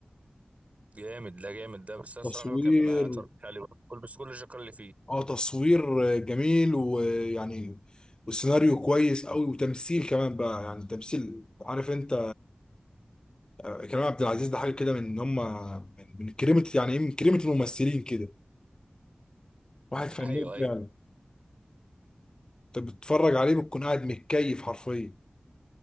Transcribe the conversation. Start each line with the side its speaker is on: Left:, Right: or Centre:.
Right: جامد لا جامد ده بس انا الصراحه
Left: تصوير
Right: ما كان- ما اتفرجتش عليه برضه. كل بس كل الشكر اللي فيه
Left: اه تصوير جميل ويعني والسيناريو كويس قوي وتمثيل كمان بقى يعني تمثيل عارف انت آه، كريم عبد العزيز ده حاجه كده من ان هم من من كريمه يعني ايه من كريمه الممثلين كده واحد فنان
Right: ايوه ايوه
Left: فعلا انت بتتفرج عليه بتكون قاعد متكيف حرفيا